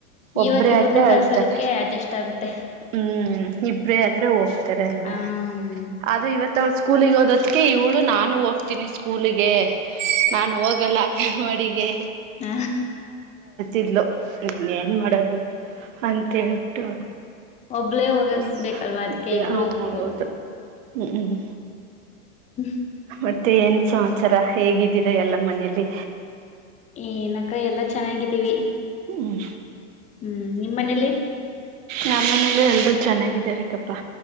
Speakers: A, on the right (about 65°); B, on the left (about 15°).
A: ಒಬ್ರೇ
B: ಇವಾಗ ಇಬ್ರನು
A: ಆದ್ರೆ
B: ಕಲ್ಸೋದಕ್ಕೆ
A: ಅಳ್ತಾರೆ
B: ಅಡ್ಜಸ್ಟ್ ಆಗುತ್ತೆ
A: ಹ್ಮ್ ಇಬ್ರೇ ಆದ್ರೆ ಹೋಗ್ತಾರಲ್ವಾ
B: ಹ್ಮ್
A: ಆದ್ರೆ ಇವತ್ ಅವ ಸ್ಕೂಲಿಗೆ ಹೋದ ಅದಕ್ಕೆ ಇವಳು ನಾನು ಹೋಗ್ತೀನಿ ಸ್ಕೂಲಿಗೆ ನಾನು ಹೋಗಲ್ಲ ಅಂಗನವಾಡಿಗೆ
B: ಹ
A: ಿದ್ಲು ನೀನ್ ಏನ್ ಮಾಡೋದು ಅಂತೇಳ್ಬಿಟ್ಟು
B: ಒಬ್ಳೇ ಹೋಗಕ್
A: ಹ್ಮ
B: ಬೇಕಲ್ವಾ ಅದಕ್ಕೆ
A: ಮೆ
B: ಇಬ್ರು
A: ಹ
B: ಹೋಗ್ಬಿಟ್ಟು
A: ಹೌದು ಹ್ಮ್ ಹ್ಮ್
B: ಹ್ಮ
A: ಮತ್ತೆ ಏನ್ ಸಂಸಾರ ಹೇಗಿದ್ದೀರಾ ಎಲ್ಲ ಮನೇಲಿ
B: ಏನಕ್ಕ ಎಲ್ಲಾ ಚೆನ್ನಾಗಿದ್ದೀವಿ
A: ಹ್ಮ್
B: ಹ್ಮ್ ನಿಮ್ಮ್ ಮನೇಲಿ
A: ನಮ್ಮ ಮನೇಲ್ಲ ಎಲ್ರೂ ಚೆನ್ನಾಗಾರೆಪ್ಪಾ